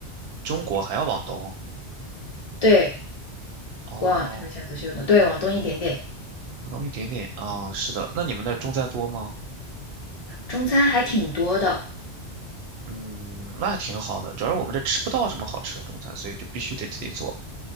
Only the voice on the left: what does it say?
对，
往上面向左，秀挪，对，往东一点点。
中餐还挺多的。